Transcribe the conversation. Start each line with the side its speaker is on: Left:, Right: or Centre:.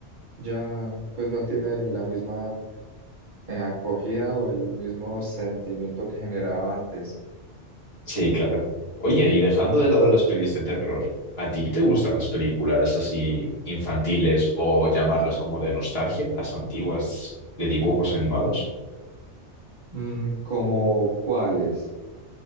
Right: ya pues no tiene la misma eh, acogida o el mismo sentimiento que generaba antes.
Left: Sí, claro. Oye, y dejando de lado las pelis de terror, ¿a ti te gustan las películas así infantiles o llamarlas como de nostalgia, las antiguas de dibujos animados?
Right: Mm, ¿como cuáles?